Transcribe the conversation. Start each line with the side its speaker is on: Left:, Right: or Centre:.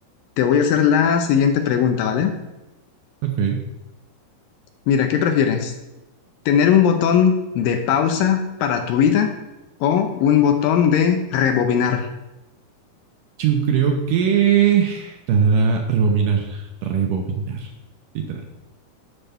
Left: te voy a hacer la siguiente pregunta, ¿vale?
Right: Ok.
Left: Mira, ¿qué prefieres? ¿Tener un botón de pausa para tu vida o un botón de rebobinar?
Right: Yo creo que... tarara, rebobinar, rebobinar, literal.